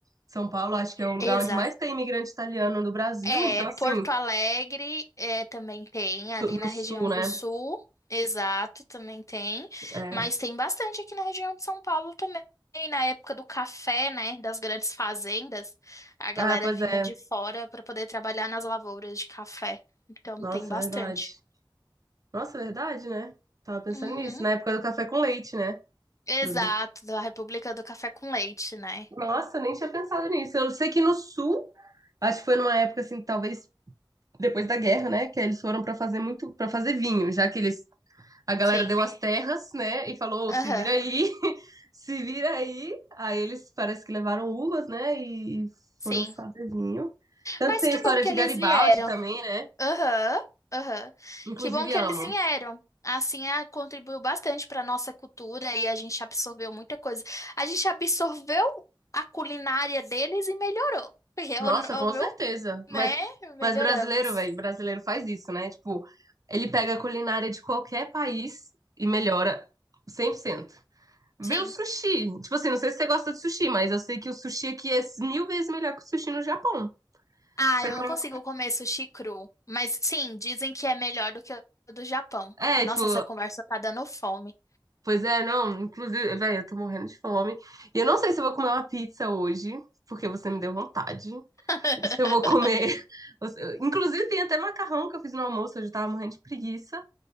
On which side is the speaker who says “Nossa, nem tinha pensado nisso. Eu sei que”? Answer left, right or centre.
Right